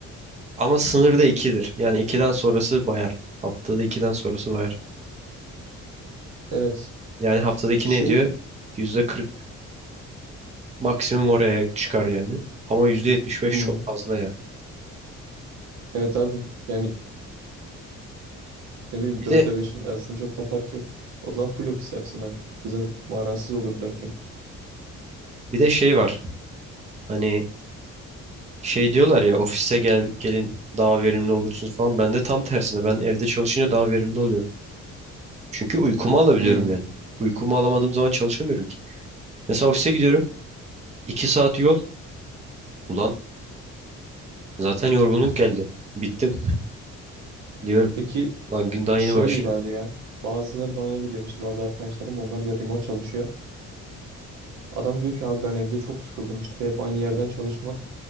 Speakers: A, on the right; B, on the right.
A: Ama sınırda ikidir. Yani ikiden sonrası bayar. Haftada ikiden sonrası bayar.
B: Evet.
A: Yani haftada iki
B: Şey.
A: ne ediyor? Yüzde kırk. Maksimum oraya çıkar yani. Ama yüzde yetmiş beş
B: hmm,
A: çok fazla yani.
B: Evet abi. Yani ne bileyim
A: Bir
B: 4
A: de
B: ile 5'in arasında çok da fark yok. O zaman full ofis yapsınlar. Bize manasız olur 4 gün.
A: bir de şey var. Hani şey diyorlar ya ofise gel gelin daha verimli olursunuz falan. Ben de tam tersine ben evde çalışınca daha verimli oluyorum. Çünkü uykumu alabiliyorum
B: Hmm.
A: yani. Uykumu alamadığım zaman çalışamıyorum ki. Mesela ofise gidiyorum. 2 saat yol. Ulan zaten yorgunluk geldi. Bittim diyorum.
B: Peki
A: Lan gün daha
B: şey
A: yeni başlıyor.
B: vardı ya. Bazıları bana öyle demişti. Bazı arkadaşlarım onlar da remote çalışıyor. Adam diyor ki abi ben evde çok sıkıldım işte hep aynı yerden çalışmak